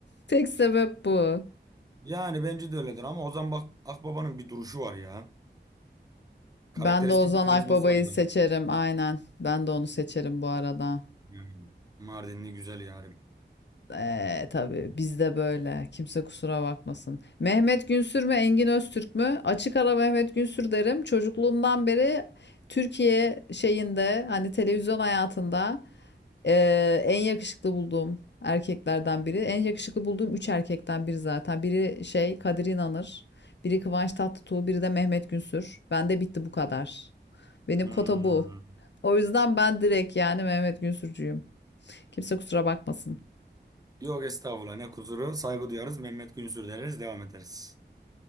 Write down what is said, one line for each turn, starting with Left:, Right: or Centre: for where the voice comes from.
Left: Tek sebep bu.
Right: yani bence de öyledir ama Ozan bak Akbaba'nın bir duruşu var ya. Karakteristik
Left: Ben de Ozan
Right: bir karizması
Left: Akbaba'yı
Right: var adam.
Left: seçerim aynen. Ben de onu seçerim bu arada.
Right: Yani. Mardinli güzel yarim.
Left: Ee, tabii bizde böyle. Kimse kusura bakmasın. Mehmet Günsür mü, Engin Öztürk mü? Açık ara Mehmet Günsür derim. Çocukluğumdan beri Türkiye şeyinde hani televizyon hayatında ee, en yakışıklı bulduğum erkeklerden biri. En yakışıklı bulduğum üç erkekten biri zaten. Biri şey Kadir İnanır, biri Kıvanç Tatlıtuğ, biri de Mehmet Günsür. Bende bitti bu kadar. Benim
Right: Hmm.
Left: kota bu. O yüzden ben direkt yani Mehmet Günsürcüyüm. Kimse kusura bakmasın.
Right: Yok estağfurullah ne kusuru. Saygı duyarız. Mehmet Günsür deriz. Devam ederiz.